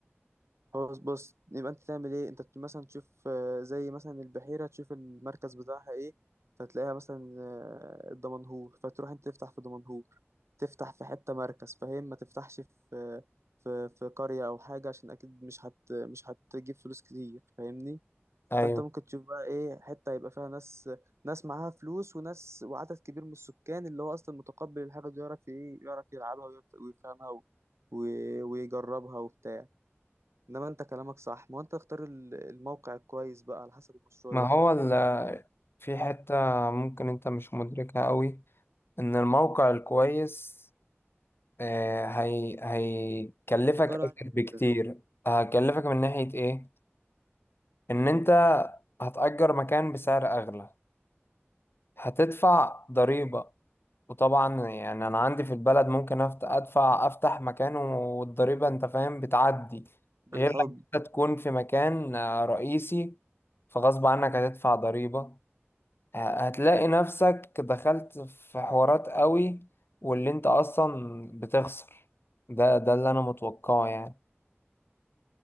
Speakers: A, on the right (about 80°); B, on the left (about 55°).
A: خلاص بص يبقى انت تعمل ايه انت بت- مثلا تشوف آه، زي مثلا البحيرة تشوف المركز بتاعها ايه فتلاقيها مثلا آه، الدمنهور فتروح انت تفتح في دمنهور تفتح في حتة مركز فاهم ما تفتحش في في في قرية او حاجة عشان اكيد مش هت مش هتجيب فلوس كتير فاهمني
B: ايوه
A: فانت ممكن تشوف بقى ايه حتة يبقى فيها ناس ناس معاها فلوس وناس وعدد كبير من السكان اللي هو اصلا متقبل الحاجة دي يعرف ايه يعرف يلعبها ويف- ويفهمها و- و- ويجربها وبتاع انما انت كلامك صح ما هو انت تختار ال- الموقع الكويس بقى على حسب المشروع
B: ما
A: ده
B: هو ال- في حتة ممكن انت مش مدركها قوي ان الموقع الكويس آه، هي هيكلفك
A: ايجاره
B: اكتر
A: عالي جدا
B: بكتير هيكلفك من ناحية ايه ان انت هتأجر مكان بسعر اغلى هتدفع ضريبة وطبعا يعني انا عندي في البلد ممكن أفت- ادفع افتح مكان والضريبه انت فاهم بتعدي
A: بالحب
B: غير لما انت تكون في مكان آه، رئيسي فغصب عنك هتدفع ضريبه ه- هتلاقي نفسك دخلت في حوارات قوي واللي انت اصلا بتخسر ده ده اللي انا متوقعه يعني